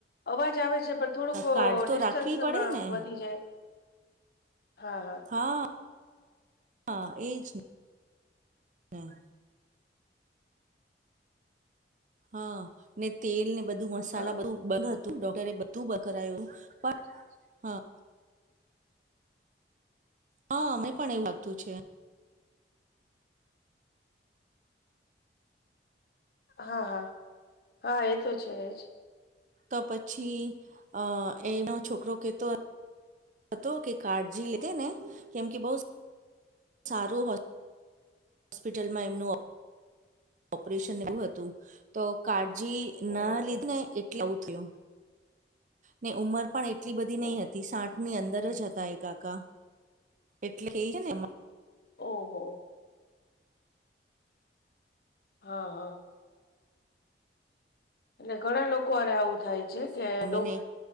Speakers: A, on the left; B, on the right.
A: અવાજ આવે છ છે પણ થોડુંક અ
B: કાળજી તો
A: ડિસ્ટન્સમાં
B: રાખવી પડે ને
A: વધી જાય. હા હા
B: હા હા એજ ને. હા હા ને તેલને બધું મસાલા
A: હા.
B: બધું. બંધ હતું ડોક્ટરે બધું બંધ કરાયું તું પણ હા. હા, મેં પણ એવું લાગતું છે.
A: હા હા હા એતો છે જ.
B: તો પછી અ એનો છોકરો કેતો હતો કે કાળજી લીધી ને કેમ કે બહુ સારું હોસ્ હોસ્પિટલમાં એમનું ઓપરેશન એવું હતું તો કાળજી એના
A: ઓહો
B: લીધે એટલે આવું થયું, ને ઉંમર પણ એટલી બધી નહી
A: ઓહ
B: હતી સાઠ ઠ ની અંદર જ હતા એ કાકા. એટલે ઈ હેને
A: ઓહો! હહ હહ એટલે ઘણા લોકો હારે આવું થાય છે, કે
B: મમ્મીને
A: ડો